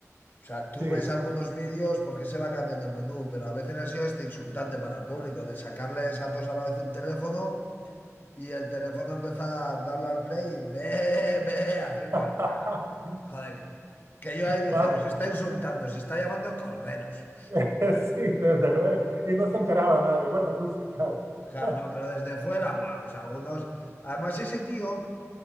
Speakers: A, on the left; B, on the right.
A: O sea, tú
B: Sí.
A: ves algunos vídeos porque se va cambiando el menú, pero a veces ha sido este insultante para el público, de sacarles a todos a la vez un teléfono y el teléfono empezar a darle al play y ve, ve, haciéndoles.
B: <laughs>
A: ga. Joder, que que yo ahí dije,
B: Más
A: os está insultando, os está llamando corderos.
B: <laughs> Sí, desde luego. Y no se enteraba nadie. Bueno, tú sí, claro.
A: Ja,
B: <laughs>
A: no, pero desde fuera, va, pues algunos. Además, ese tío